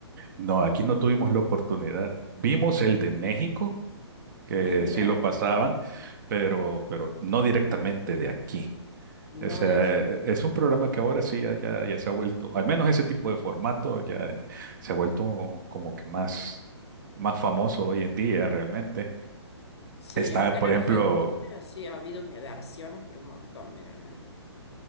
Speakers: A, on the right (about 45°); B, on the left (about 65°).
A: No, aquí no tuvimos la oportunidad. Vimos el de México que
B: Ah, mira,
A: sí lo pasaban, pero, pero no directamente de aquí.
B: no
A: O sea,
B: de esos,
A: eh,
B: claro.
A: es un programa que ahora sí ya, ya, ya se ha vuelto, al menos ese tipo de formato ya se ha vuelto como que más, más famoso hoy en día realmente.
B: Sí,
A: Está,
B: acá
A: por
B: en Argentina
A: ejemplo,
B: sí ha habido versiones, pero un montón de Gran Hermano.